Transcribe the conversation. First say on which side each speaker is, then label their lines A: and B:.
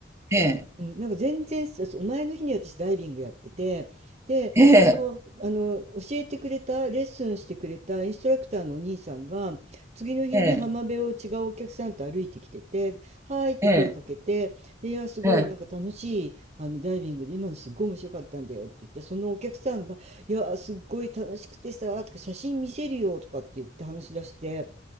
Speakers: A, on the right; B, on the right.
A: ええ、
B: うん、なんか全然さ、そう前の日に私ダイビングやってて、で、
A: ええ、
B: その、あの、教えてくれた、レッスンしてくれたインストラクターのお兄さんが、次の日に浜辺を違うお客さんと歩いてきてて、
A: ええ、
B: はーいって声かけて、
A: ええ、
B: で、いや、すごいなんか楽しい、
A: ええ、
B: あの、ダイビングで今のすっごい面白かったんだよって言って、そのお客さんが、いや、すっごい楽しくてさ、とか写真見せるよとかって言って話し出して、